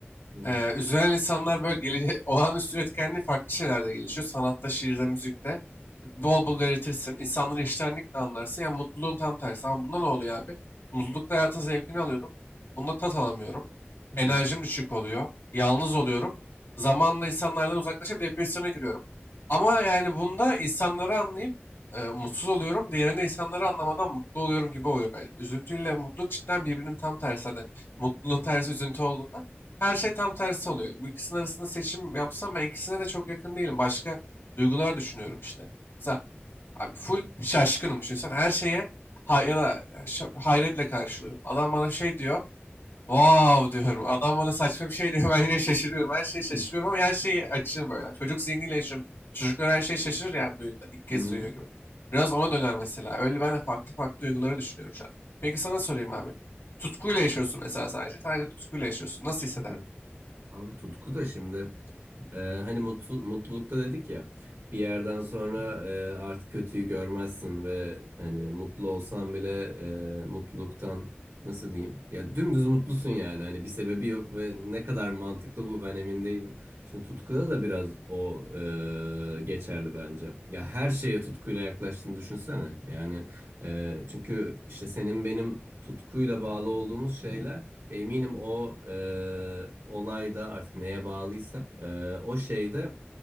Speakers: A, on the right (about 80°); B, on the left (about 75°).
A: hı.
B: Ee, üzülen insanlar böyle geli <laughs> olağanüstü üretkenliği farklı şeylerde gelişiyor. Sanatta, şiirde, müzikte. Bol bol üretirsin. İnsanları iştenlikle anlarsın. Yani mutluluğun tam tersi. Ama bunda ne oluyor abi? Mutlulukta hayatın zevkini alıyordum. Bunda tat alamıyorum.
A: Hı hı.
B: Enerjim düşük oluyor. Yalnız oluyorum. Zamanla insanlardan uzaklaşıp depresyona giriyorum. Ama yani bunda insanları anlayıp e, mutsuz oluyorum. Diğerinde insanları anlamadan mutlu oluyorum gibi oluyor. Yani üzüntüyle mutluluk cidden birbirinin tam tersi. Hani mutluluğun tersi üzüntü olduğunda her şey tam tersi oluyor. Bu ikisinin arasında seçim yapsam ben ikisine de çok yakın değilim. Başka duygular düşünüyorum işte. Mesela abi full şaşkınım düşünsene. Her şeye hay ya da e, şa- hayretle karşılıyorum. Adam bana şey diyor. Wow diyorum. Adam bana saçma bir şey diyor. <laughs> Ben yine şaşırıyorum. Her şeye şaşırıyorum
A: Hı
B: ama her şeyi açığım böyle. Çocuk zihniyle yaşıyorum. Çocuklar her şeye şaşırır ya bir duyunda. İlk kez
A: hı.
B: duyuyor gibi. Biraz ona döner mesela. Öyle ben de farklı farklı duyguları düşünüyorum şu an. Peki sana sorayım abi. Tutkuyla yaşıyorsun mesela sadece. Sadece tutkuyla yaşıyorsun. Nasıl hisseder?
A: Hı hı. Abi tutku da şimdi e, hani mutlu, mutlulukta dedik ya bir yerden sonra e, artık kötüyü görmezsin ve hani mutlu olsan bile e, mutluluktan nasıl diyeyim ya dümdüz mutlusun yani hani bir sebebi yok ve ne kadar mantıklı bu ben emin değilim. Şimdi tutkuda da biraz o e, geçerli bence. Ya her şeye tutkuyla yaklaştığını düşünsene yani e, çünkü işte senin benim tutkuyla bağlı olduğumuz şeyler Eminim o e, olayda artık neye bağlıysak e, o şeyde